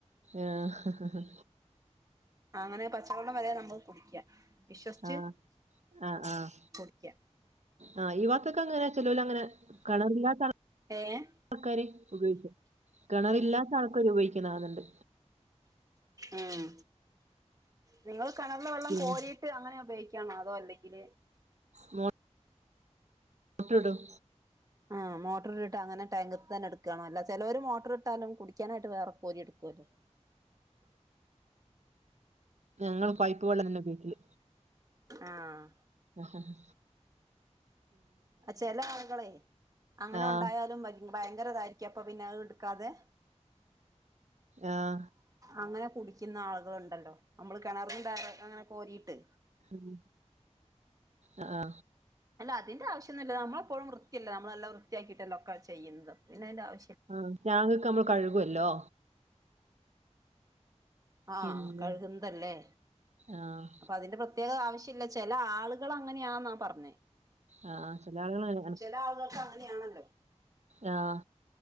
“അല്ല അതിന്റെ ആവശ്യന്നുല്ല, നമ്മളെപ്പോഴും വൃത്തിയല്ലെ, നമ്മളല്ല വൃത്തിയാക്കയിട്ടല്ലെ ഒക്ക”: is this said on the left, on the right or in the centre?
Right